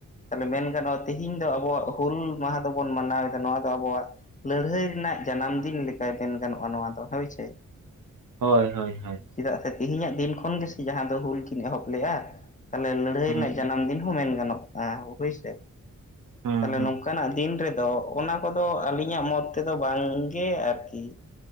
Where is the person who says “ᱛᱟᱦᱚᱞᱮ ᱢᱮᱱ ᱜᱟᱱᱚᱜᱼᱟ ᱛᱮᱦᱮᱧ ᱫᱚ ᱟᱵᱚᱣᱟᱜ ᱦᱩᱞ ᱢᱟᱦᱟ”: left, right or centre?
Left